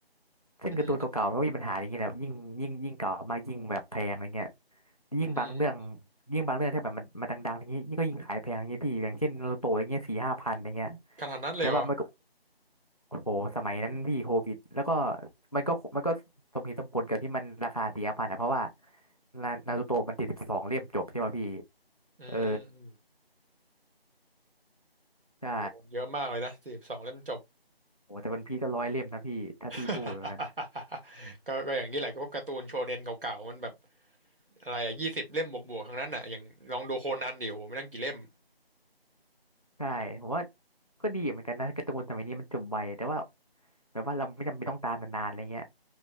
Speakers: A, on the left; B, on the right.
A: ซึ่งการ์ตูนเก่าๆมันก็มีปัญหาอย่างนี้แหละยิ่งยิ่งยิ่งเก่ามากยิ่งแบบแพงอะไรเงี้ย
B: อืมอืม
A: ยิ่งบางเรื่อง
B: อืมอืม
A: ยิ่งบางเรื่องที่แบบมันมันดังๆอย่างนี้นี่ก็ยิ่งขายแพงอย่างเงี้ยพี่อย่างเช่นนารูโตะอย่างเงี้ยสี่ห้าพันอย่างเงี้ย
B: ขนาดนั้นเลยเหรอ
A: แต่ว่ามันก็โอ้โหสมัยนั้นพี่โควิดแล้วก็มันก็มันก็สมเหตุสมผลกับที่มันราคาสี่ห้าพันนะเพราะว่านานารูโตะมันติดสิบสองเล่มจบใช่ป่ะพี่
B: อืมอืม
A: เออใช่
B: โอ้เยอะมากเลยนะสี่สบสองเล่มจบ
A: โอ้แต่วันพีก็ร้อยเล่มนะพี่ถ้าพี่พูดแล้วนะ
B: <laughs> ก็ก็อย่างนี้แหละก็พวกการ์ตูนโชเนนเก่าๆมันแบบอะไรอะยี่สิบเล่มบวกๆทั้งนั้นอ่ะอย่างลองดูโคนันดิโหไม่นั่งกี่เล่ม
A: ใช่ผมว่าก็ดีเหมือนกันนะการ์ตูนสมัยนี้มันจบไวแต่ว่าแบบว่าเราไม่จำเป็นต้องตามนานๆอะไรเงี้ย